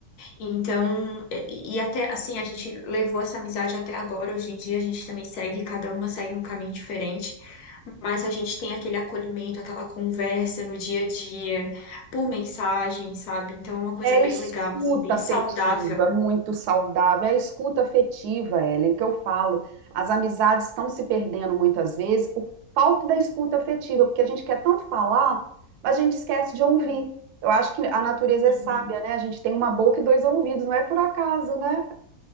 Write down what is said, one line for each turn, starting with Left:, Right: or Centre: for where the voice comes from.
Left: Então, e e até assim, a gente levou essa amizade até agora. Hoje em dia, a gente também segue, cada uma segue um caminho diferente. Mas a gente tem aquele acolhimento, aquela conversa no dia a dia, por mensagem, sabe? Então é uma coisa
Right: É a
Left: bem
Right: escuta
Left: legal, assim, bem
Right: afetiva,
Left: saudável.
Right: muito saudável. É a escuta afetiva, Ellen, que eu falo. As amizades estão se perdendo muitas vezes por falta da escuta afetiva, porque a gente quer tanto falar, mas a gente esquece de ouvir. Eu acho que a natureza
Left: Uhum.
Right: é sábia, né? A gente tem uma boca e dois ouvidos, não é por acaso, né?